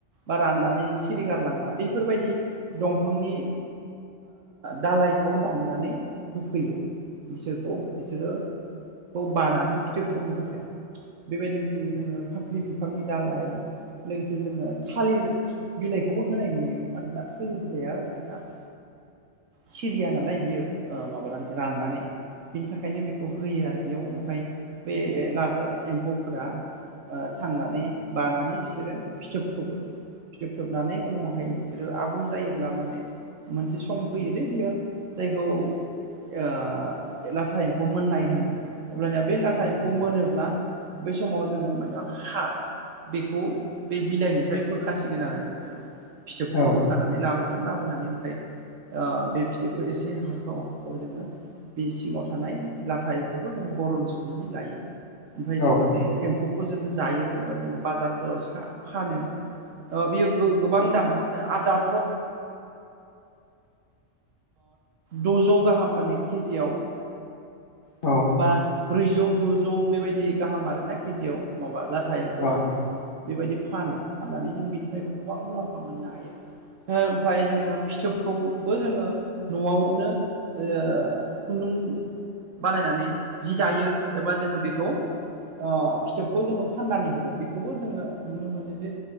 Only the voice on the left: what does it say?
औ
औ
औ
औ